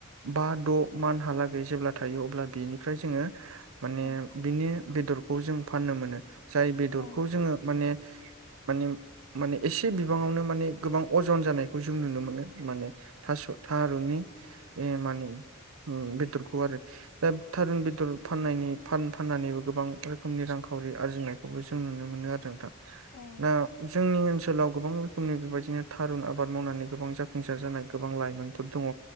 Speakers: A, on the right; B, on the left.
A: बा द' मान्ट हालागै जेब्ला थायो अब्ला बिनिफ्राय जोङो माने
B: औ
A: बिनि बेदरखौ जों फाननो मोनो जाय बेदरखौ
B: ओं
A: जोङो माने माने माने एसे बिबाङावनो माने गोबां अजन जानायखौ जों नुनो मोनो माने थास' थारुननि मानि बेदरखौ आरो दा थारुन बेदर फाननायनि फाननानैबो गोबां रोखोमनि रांखावरि आरजिनायखौबो जों नुनो मोनो आरो नोंथां
B: ओं
A: दा जोंनि ओनसोलाव गोबां रोखोमनि बेबायदि बिदिनो थारुन आबाद मावनानै गोबां जाफुंसार जानाय गोबां लाइमोनफोर दङ